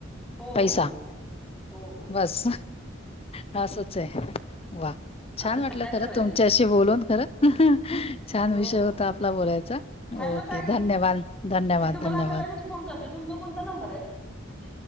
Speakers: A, in the centre; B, on the left (about 30°).
A: हो,
B: पैसा
A: हो, हो. हो, हो.
B: बस
A: हो,
B: ह सच आहे वा छान
A: आता
B: वाटलं
A: काय
B: खरं
A: करायचं?
B: तुमच्याशी बोलून खरं छान
A: हो,
B: विषय
A: हो.
B: होता आपला बोलायचा
A: हॅलो
B: ओके
A: ताई,
B: धन्यवाद धन्यवाद
A: मी तुम्हाला
B: धन्यवाद
A: आता लगेच फोन करते तुमचा कोणता नंबर आहे